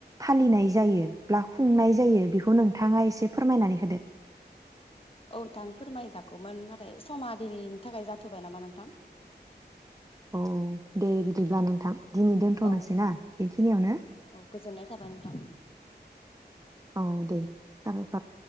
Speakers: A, on the right (about 20°); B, on the left (about 30°).
A: फालिनाय जायो ब्ला खुंनाय जायो बिखौ नोंथांङा एसे फोरमायनानै होदो।
B: औ ओनथां फोरमायजागौमोन नाथाय समा दिनैनि थाखाय जाथ'बाय नामा नोंथां?
A: औ दे बिदिब्ला नोंथां। दिनै दोन्थ'नोसै
B: औ
A: ना बेखिनियावनो?
B: औ गोजोननाय थाबाय नोंथां
A: औ दे साबायखर।